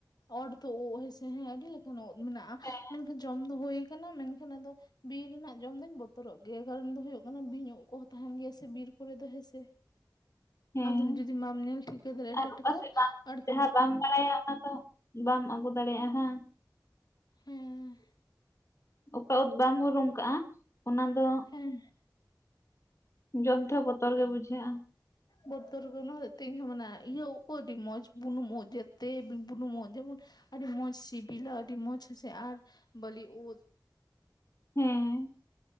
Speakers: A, on the left (about 65°); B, on the left (about 40°).
A: ᱚᱨᱫᱚ ᱩᱫ ᱦᱮᱸᱥᱮ ᱦᱮᱸ ᱟᱹᱰᱤ‌ ᱞᱮᱠᱟᱱ ᱩᱫ ᱢᱮᱱᱟᱜᱼᱟ,
B: ᱦᱮᱸ
A: ᱢᱮᱱᱠᱷᱟᱱ ᱡᱚᱢ ᱫᱚ ᱦᱩᱭ ᱠᱟᱱᱟ ᱢᱮᱱᱠᱷᱟᱱ ᱟᱫᱚ ᱵᱤᱨ ᱨᱮᱱᱟᱜ ᱡᱚᱢ ᱫᱩᱧ ᱵᱚᱛᱚᱨᱚᱜ ᱜᱮᱭᱟ, ᱠᱟᱨᱚᱱ ᱫᱚ ᱦᱩᱭᱩᱜ ᱠᱟᱱᱟ ᱵᱤᱧ ᱩᱫ ᱠᱚᱦᱚᱸ ᱛᱟᱸᱦᱮᱸᱱ ᱜᱮᱭᱟ ᱥᱮ ᱵᱤᱨ ᱠᱚᱨᱮ ᱫᱚ ᱦᱮᱸᱥᱮ᱾
B: ᱛ ᱦᱮᱸ
A: ᱟᱫᱚ ᱡᱩᱫᱤ ᱵᱟᱢ ᱧᱮᱞ ᱴᱷᱤᱠᱟᱹ ᱫᱟᱲᱮᱭᱟᱜᱼᱟ
B: ᱟᱨ ᱚᱠᱟ
A: ᱴᱟᱴᱠᱟ
B: ᱥᱮᱫ
A: ᱟᱨ
B: ᱡᱟᱸᱦᱟᱸ
A: ᱛᱚᱠᱷᱚᱱ
B: ᱵᱟᱢ ᱵᱟᱲᱟᱭᱟ, ᱚᱱᱟ ᱫᱚ ᱵᱟᱢ ᱟᱜᱩ ᱫᱟᱲᱮᱭᱟᱜᱼᱟ ᱦᱟᱸ᱾
A: ᱦᱮᱸᱻ᱾
B: ᱚᱠᱟ ᱩᱫ ᱵᱟᱢ ᱩᱨᱩᱢ ᱠᱟᱜᱼᱟ, ᱚᱱᱟ ᱫᱚ
A: ᱦᱮᱸ
B: ᱡᱚᱢ ᱛᱮᱦᱚᱸ ᱵᱚᱛᱚᱨ ᱜᱮ ᱵᱩᱡᱷᱟᱹᱜᱼᱟ᱾
A: ᱵᱚᱛᱚᱨ ᱜᱮ ᱚᱱᱟᱛᱮ ᱤᱧᱦᱚᱸ ᱤᱭᱟᱹ ᱠᱚ ᱟᱹᱰᱤ ᱢᱚᱡᱽ ᱵᱩᱱᱩᱢᱚᱜ ᱡᱮᱛᱮ ᱵᱩᱱᱩᱢ ᱵᱩᱱᱩᱢᱚᱜ ᱡᱮᱢᱚᱱ ᱟᱹᱰᱤ ᱢᱚᱡᱽ ᱥᱤᱵᱤᱞᱟ ᱥᱮ ᱟᱹᱰᱤ ᱢᱚᱡᱽ ᱦᱮᱸᱥᱮ ᱟᱨ ᱵᱟ. ᱞᱤ ᱩᱫ
B: ᱦᱮᱸ᱾